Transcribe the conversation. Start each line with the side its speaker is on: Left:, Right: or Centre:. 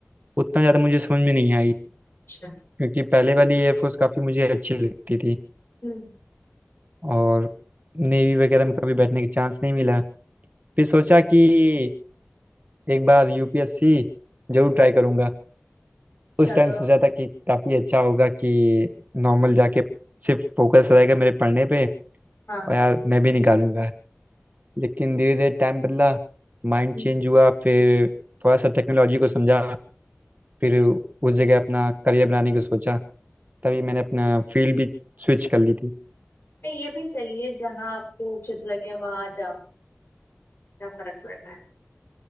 Right: उतना ज़्यादा मुझे समझ में नहीं आई
Left: अच्छा
Right: क्योंकि पहले वाली एयरफोर्स काफ़ी मुझे अच्छी लगती थी
Left: हम्म,
Right: और नेवी वगैरह में कभी बैठने का चांस नहीं मिला फिर सोचा कि एक बार यूपीएससी जरूर ट्राई करूँगा
Left: अच्छा
Right: उस टाइम
Left: तो
Right: सोचा था कि काफ़ी अच्छा होगा कि नॉर्मल जाके सिर्फ फोकस रहेगा मेरे पढ़ने पे
Left: हाँ
Right: और यार मैं भी निकालूंगा लेकिन धीरे धीरे टाइम बदला माइंड
Left: हम्म,
Right: चेंज हुआ फिर थोड़ा सा टेक्नोलॉजी को समझा फिर उस जगह अपना करियर बनाने को सोचा तभी मैंने अपना फील्ड भी स्विच कर ली थी
Left: ये भी सही है जहाँ आपको उचित लगे वहां जाओ क्या फर्क पड़ रहा है